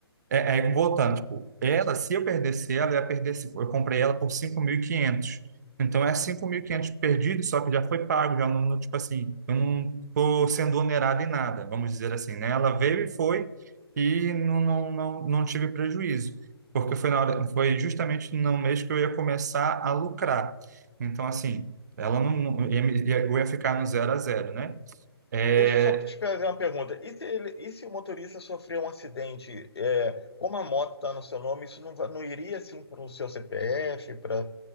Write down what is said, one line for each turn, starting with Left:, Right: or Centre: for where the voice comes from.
Right: é, é, voltando, tipo, ela, se eu perdesse ela, eu ia perder, esse- eu comprei ela por cinco mil e quinhentos Então é 5.500 perdido, só que já foi pago, já não, não, tipo assim, eu não tô sendo onerado em nada, vamos dizer assim, né? Ela veio e foi e não, não, não, não tive prejuízo, porque foi na hora, foi justamente no mês que eu ia começar a lucrar. Então assim, ela não, não ia, me- ia- eu ia ficar no zero a zero, né? É,
Left: Deixa eu só te fazer uma pergunta. E se, ele- e se o motorista sofreu um acidente, é, como a moto está no seu nome, isso não, va- não iria assim para o seu CPF, para